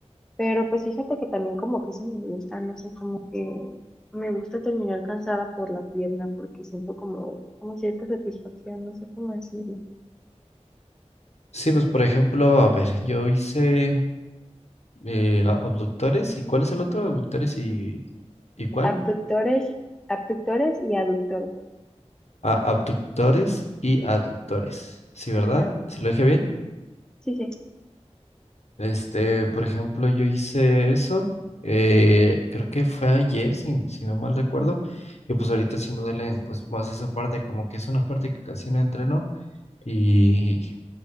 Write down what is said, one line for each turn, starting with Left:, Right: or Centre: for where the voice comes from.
Centre: Pero pues fíjate que también como que eso me gusta, no sé, como que me gusta terminar cansada por la pierna porque siento como, como cierta satisfacción, no sé cómo decirlo.
Left: Sí, pues por ejemplo, a ver, yo hice Eh, a- abductores y ¿cuál es el otro? Abductores y ¿y cuál?
Centre: Abductores, abductores y aductores.
Left: Ah, abductores y aductores. Sí, ¿verdad?
Centre: Ajá,
Left: ¿Sí lo dije bien?
Centre: sí, sí, sí.
Left: Este, por ejemplo, yo hice eso. eh, creo que fue ayer, si, si no mal recuerdo. Y pues ahorita sí me duele pues más esa parte, como que es una parte que casi no entreno. Y,